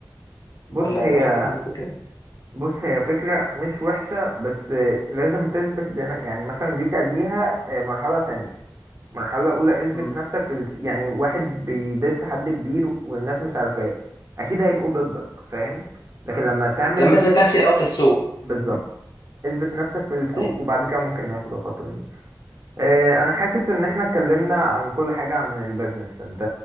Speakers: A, on the right; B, on the left.
A: بص
B: ولا
A: هي
B: حاسس إن دي فكرة
A: بص هي فكرة مش وحشة بس لازم تثبت لنا يعني مثلا دي خليها آه، مرحلة تانية مرحلة أولى اثبت
B: مم.
A: نفسك في ال... يعني واحد بيدس حد كبير والناس مش عارفاه أكيد هيبقوا ضدك فاهم لكن لما تعمل
B: لما أثبت نفسي الأول في السوق
A: بالظبط
B: مم.
A: اثبت نفسك في السوق
B: أيوة.
A: وبعد كده ممكن ناخد الخطوة دي آه، أنا حاسس إن احنا اتكلمنا عن كل حاجة عن البيزنس أنت